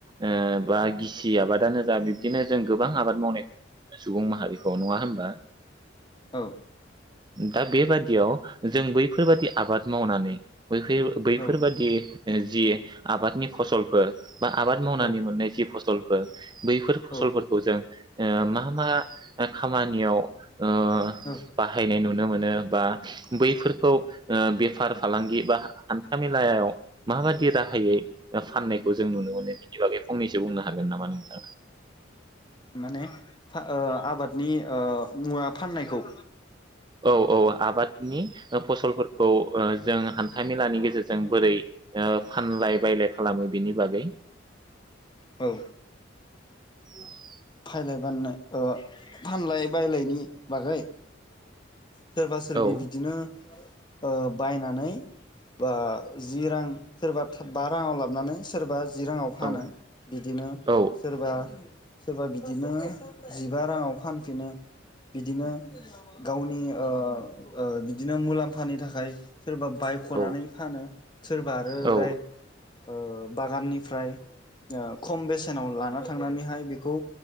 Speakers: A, on the right; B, on the left.
A: ओ बा गिसि आबादानो जा बिब्दिनो जों गोबां आबाद मावनाय <unintelligible> हारिखौ नङा होनबा।
B: औ।
A: दा बेबादियाव जों बैफोरबादि आबाद मावनानै। बैफे बैफोरबादि।
B: औ
A: जि आबादनि फसलफोर। बा आबाद मावनानै
B: औ
A: मोननाय जि फस <unintelligible> बैफोर फसलफोरखौ
B: औ
A: जों ओ मा मा खामानियाव ओ
B: औ
A: बाहायनाय नुन नुनो मोनो बा बैफोरखौ ओ बेफार फालांगि बा हान्था मेलायाव माबायदि राहायै फाननायखौ जों नुनो मोनो <unintelligible> फंनैसो बुंनो हागोन नामा नों? <inaudible>
B: माने ओ आबाद नि ओ मुवा फाननायखौ
A: औ औ आबाद नि फसलफोरखौ जों हान्था मेलानि गेजेरजों बोरै ओ फानलाय बायलाय खालामो बेनि बागै
B: औ
A: <inaudible>
B: फायलाय बाननाय फानलाय बायलायनि बागै सोरबा सोरबि
A: औ
B: बिदिनो ओ बायनानै बा जि रां सोरबा बा राङाव लाबोनानै सोरबा जिराङाव फानो
A: औ
B: बिदिनो
A: औ
B: सोरबा सोरबा बिदिनो जिबा राङाव फानफिनो बिदिनो गावनि ओ ओ बिदिनो मुलाम्फानि थाखाय सोरबा बायख'नानै
A: औ
B: फानो सोरबा आरो
A: औ
B: दाय ओ बागाननिफ्राय ओ खम बेसेनाव लाना थांनानैहाय बेखौ